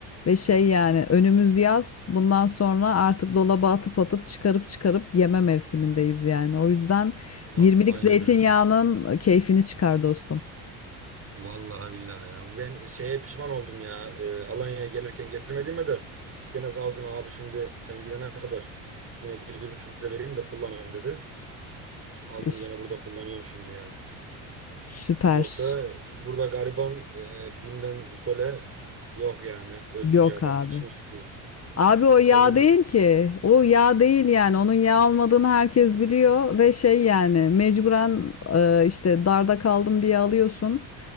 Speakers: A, on the left; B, on the right.
A: Ve şey yani önümüz yaz. Bundan sonra artık dolaba atıp atıp çıkarıp çıkarıp yeme mevsimindeyiz yani. O yüzden
B: Ha,
A: 20'lik
B: Aynen
A: zeytinyağının
B: öyle.
A: keyfini çıkar dostum.
B: Vallahi billahi ya. Ben şeye pişman oldum ya. Ee, Alanya'ya gelirken getirmediğime de gene Zazun abi şimdi sen gidene kadar yine bir, bir buçuk litre vereyim de kullanalım dedi. Aldım
A: E, sü-
B: gene burada kullanıyorum şimdi yani.
A: süper.
B: Yoksa biz burada gariban e, Bim'den Sole yok yani. Öldürüyor
A: Yok
B: adamı.
A: abi.
B: içini yakıyor.
A: Abi o yağ
B: Kavuruyor.
A: değil ki. O yağ değil yani. Onun yağ olmadığını herkes biliyor ve şey yani mecburen e, işte darda kaldım diye alıyorsun.